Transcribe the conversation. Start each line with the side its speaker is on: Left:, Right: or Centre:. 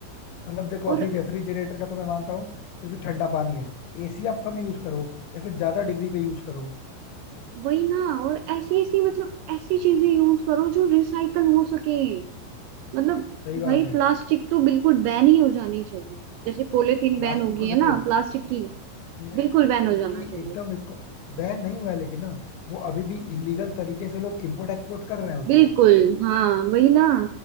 Left: मतलब देखो
Right: और
Left: अभी रेफ्रिजरेटर का तो मैं मानता हूँ क्योंकि ठंडा पानी है एसी आप कम यूज करो या फिर ज्यादा डिग्री पे यूज करो
Right: वही ना और ऐसी ऐसी मतलब ऐसी चीजें यूज करो जो रिसाइकल हो सके मतलब
Left: सही बात
Right: भाई
Left: है
Right: प्लास्टिक तो बिल्कुल बैन ही हो जानी चाहिए जैसे पॉलीथीन
Left: प्लास्टिक
Right: बैन हो गई
Left: को देखो
Right: है ना प्लास्टिक की
Left: मैं-
Right: बिल्कुल बैन हो
Left: इसकी
Right: जाना चाहिए
Left: एकदम इसको बैन नहीं हुआ है लेकिन ना वो अभी भी इलीगल तरीके से लोग इंपोर्ट एक्सपोर्ट कर रहे हैं उसको
Right: बिल्कुल हाँ वही ना